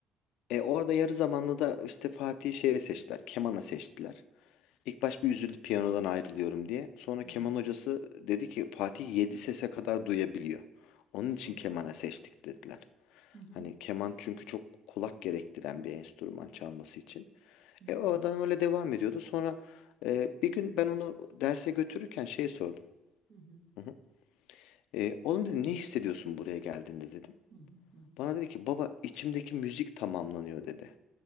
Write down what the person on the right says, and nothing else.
Hmm.
Oh,
oh.
Hı hı,
hı hı,
hı hı,
hı hı, hı hı.